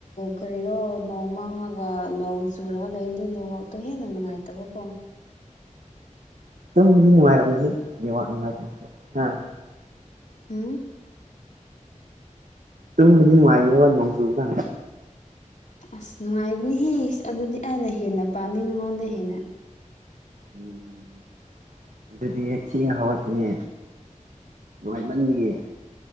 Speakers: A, on the left; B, on the right.
A: ꯀꯔꯤꯔꯣ ꯅꯣꯡ ꯃꯥꯡꯉꯒ ꯅꯣꯡ ꯆꯨꯔꯒ ꯂꯩꯗꯤ ꯅꯦꯠꯋꯥꯛꯇꯣ ꯍꯦꯟꯅ ꯅꯨꯡꯉꯥꯏꯇꯕꯀꯣ
B: ꯇꯨꯝꯕꯗꯤ ꯅꯨꯉꯥꯏꯔꯒꯗꯤ ꯅꯣꯢꯆꯥꯛ ꯅꯨꯡꯉꯥꯏꯇ꯭ꯔꯁꯨ ꯑꯥ
A: ꯎꯝ
B: ꯇꯨꯝꯕꯗꯤ ꯅꯨꯡꯉꯥꯏꯅꯦꯕ ꯅꯣꯡ ꯆꯨꯕꯀꯥꯟꯗ
A: ꯑꯁ ꯅꯨꯡꯉꯥꯏꯕꯅꯤꯍꯦ ꯑꯗꯨꯗꯤ ꯑꯩꯅ ꯍꯦꯟꯅ ꯄꯥꯝꯃꯤ ꯅꯉꯣꯟꯗ ꯍꯦꯟꯅ
B: ꯎꯝ ꯑꯗꯨꯗꯤ ꯆꯦꯡꯅ ꯍꯋꯥꯈꯤꯅꯦ ꯅꯨꯡꯉꯥꯏꯃꯟꯒꯦ